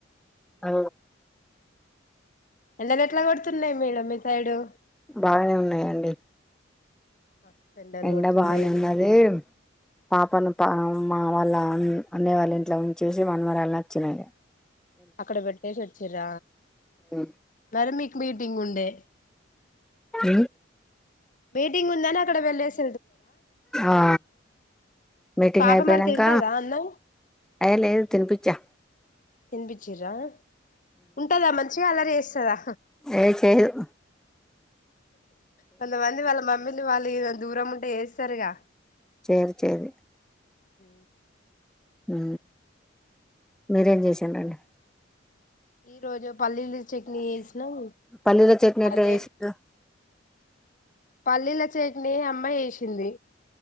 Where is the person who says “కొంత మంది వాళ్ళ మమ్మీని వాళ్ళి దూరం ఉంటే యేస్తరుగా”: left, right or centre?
Left